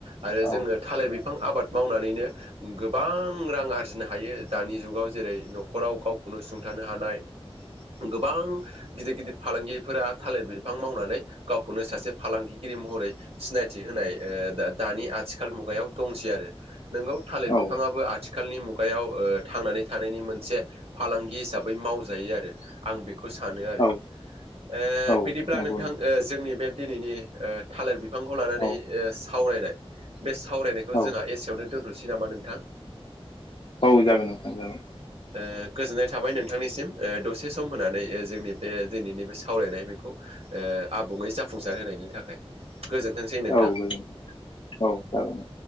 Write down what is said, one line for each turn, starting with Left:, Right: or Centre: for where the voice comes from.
Right: आरो
Left: औ
Right: जोङो थालिर बिफां आबाद मावनानैनो गोबां रां आरजिनो हायो दानि जुगाव जेरै न'खराव गावखौनो सुंथा नो हानाय गोबां गिदिर गिदिर फालांगिरिफोरा थालिर बिफां मावनानै गावखौनो सासे फालांगिगिरि महरै सिनायथि होनाय ओ दा-दानि आथिखाल मुगायाव दंसै आरो नंगौ थालिर
Left: औ
Right: बिफाङाबो आथि खालनि मुगायाव ओ थांनानै थानायनि मोनसे फालांगि हिसाबै मावजायो आरो आं बे खौ सानो आरो
Left: औ
Right: ओ
Left: औ
Right: बिदिब्ला
Left: नंगौ
Right: नोंथां ओ जोंनि बे दिनैनि ओ थालिर बि फांखौ लानानै
Left: औ
Right: ओ सावरायनाय बे सावरायनायखौ
Left: औ
Right: जोंहा एसेयावनो दोनथ'नोसै नामा नोंथां?
Left: औ जागोन नोंथां जागोन।
Right: ओ गोजोननाय थाबाय नोंथांनिसिम ओ दसे सम होनानै ओ जोंनि बे दिनैनि बे सावरायनाय बेखौ ओ आबुङै जाफुंसार होनायनि थाखाय। गोजोनथोंसै नोंथां।
Left: औ गोजोन औ जागोन।